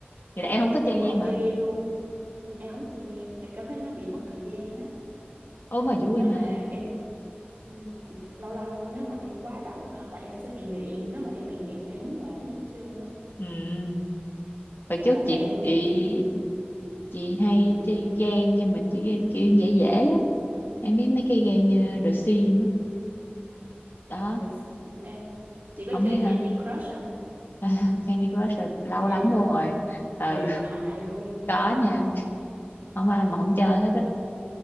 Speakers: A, on the left; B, on the right.
A: vậy là em không thích
B: em
A: chơi
B: cũng
A: game
B: không chơi
A: hả
B: game luôn ừ, em không chơi game em cảm thấy nó bị mất thời gian á
A: ô mà vui
B: nếu
A: mà
B: mà em ừ, thì lâu lâu nếu mà em quá rảnh hoặc là em sẽ bị nghiện nếu mà em bị nghiện em không muốn làm gì hết trơn á
A: ừ hồi trước
B: một
A: chị
B: là em
A: chị
B: nghiện phim
A: chị hay
B: ừ.
A: chơi game nhưng mà chị game kiểu dễ dễ á em biết mấy cái game như The Sims á đó
B: The, the, em chỉ có
A: không
B: chơi
A: biết hả
B: Candy Crush không?
A: <laughs> Candy Crush là lâu
B: Ghê,
A: lắm luôn rồi ừ
B: huyền thoại luôn.
A: có nha không ai mà không chơi hết á